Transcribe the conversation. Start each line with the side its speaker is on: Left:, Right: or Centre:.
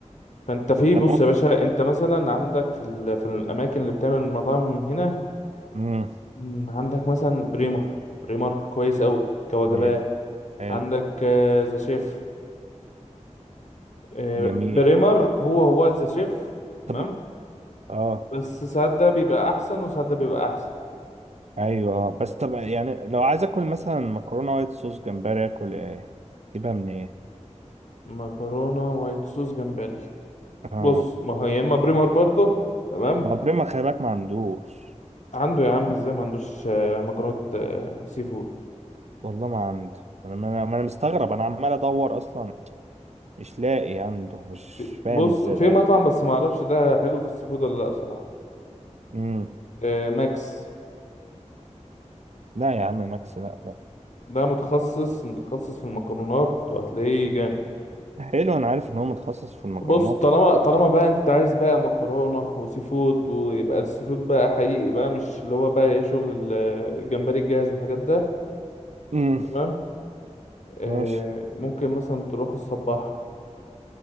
Left: فانت في بص
Right: طب ممكن
Left: يا باشا انت مثلا عندك في ال... في الاماكن اللي بتعمل مطاعم هنا
Right: أمم،
Left: مم، عندك مثلا بريمر بريمر كويس قوي كوجبات
Right: حلو حلو،
Left: عندك آه، ذا شيف آه،
Right: جميل
Left: بريمر هو هو ذا شيف تمام
Right: طب اه
Left: بس ساعات ده بيبقى احسن وساعات ده بيبقى احسن
Right: ايوه اه بس طب يعني لو عايز اكل مثلا مكرونه وايت صوص جمبري اكل ايه؟ اجيبها من ايه؟
Left: مكرونه وايت صوص جمبري
Right: اه
Left: بص ما هو يا اما بريمر برضه تمام
Right: بابريما خلي بالك ما عندوش
Left: عنده يا عم ازاي ما عندوش آه، مكرونه آه، سي فود
Right: والله ما عنده انا ما انا ما أنا مستغرب انا عمال ادور اصلا مش لاقي عنده مش
Left: في
Right: فاهم
Left: بص
Right: ازاي
Left: في مطعم بس ما اعرفش ده حلو في السي فود ولا لا بصراحه
Right: امم
Left: آه، ماكس
Right: لا يا عم ماكس لا لا
Left: ده متخصص متخصص في المكرونات وهتلاقيه جامد
Right: حلو انا عارف ان هو متخصص في المكرونات
Left: بص طالما طالما بقى انت عايز بقى مكرونة وسي فود ويبقى السي فود بقى حقيقي بقى مش اللي هو بقى ايه شغل ال- الجمبري الجاهز والحاجات ده
Right: امم
Left: تمام آه
Right: ماشي
Left: ممكن مثلا تروح الصباح